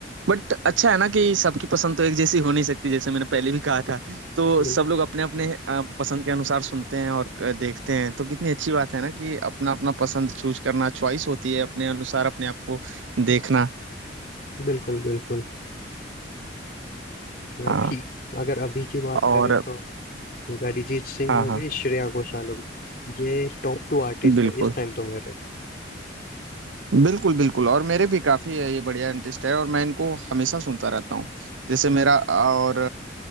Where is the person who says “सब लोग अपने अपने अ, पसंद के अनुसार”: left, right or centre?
Right